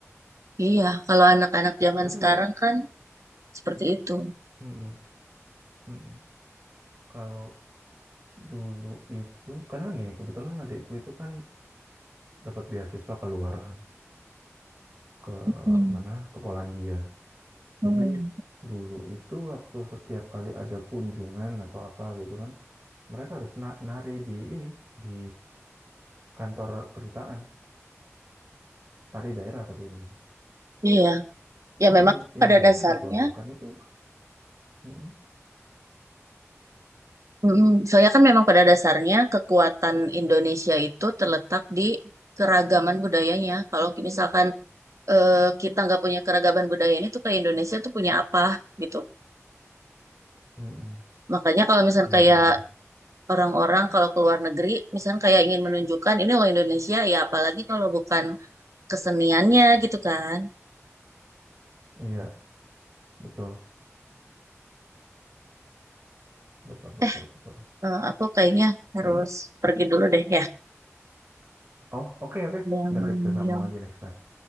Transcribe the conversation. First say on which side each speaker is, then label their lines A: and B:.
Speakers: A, on the right; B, on the right.
A: Iya, kalau anak-anak zaman
B: Tapi
A: sekarang
B: kayak
A: kan Seperti itu.
B: mm-mm, mm-mm. Kalau dulu itu karena kan gini kebetulan adikku itu kan dapat beasiswa keluar kan ke
A: Hmm.
B: mana ke Polandia.
A: Oh,
B: Jadi
A: ya.
B: dulu itu waktu setiap kali ada kunjungan atau apa gitu kan mereka harus na- nari di ini di kantor kedutaan tari daerah tapi memang.
A: Iya, ya
B: Cuma
A: memang
B: yang
A: pada
B: yang biasa
A: dasarnya,
B: dibawakan itu mm-mm,
A: mm, soalnya kan memang pada dasarnya kekuatan Indonesia itu terletak di keragaman budayanya. Kalau ki- misalkan eh, kita nggak punya keragaman budaya ini tuh kayak Indonesia tuh punya apa gitu.
B: mm-mm,
A: Makanya kalau misalkan
B: benar-benar
A: kayak orang-orang kalau ke luar negeri, misalkan kayak ingin menunjukkan ini loh Indonesia, ya apalagi kalau bukan keseniannya gitu kan.
B: Iya, Betul, betul, betul,
A: Eh,
B: betul.
A: eh, aku kayaknya harus
B: Mm-mm.
A: pergi dulu deh ya.
B: Oh, oke, oke.
A: Ada yang
B: Ntar
A: manggil.
B: kita sambung lagi next time.